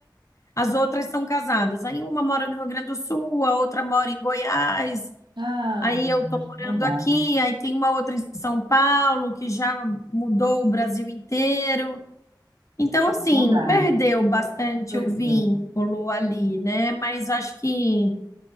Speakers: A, on the left; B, on the right.
A: As outras são casadas. Aí uma mora no Rio Grande do Sul, a outra mora em Goiás.
B: Ah,
A: Aí eu estou morando
B: não dá,
A: aqui, aí tem uma outra em São Paulo que já mudou o Brasil inteiro. Então, assim,
B: não dá.
A: perdeu bastante
B: É muito legal.
A: o vínculo ali, né? Mas acho que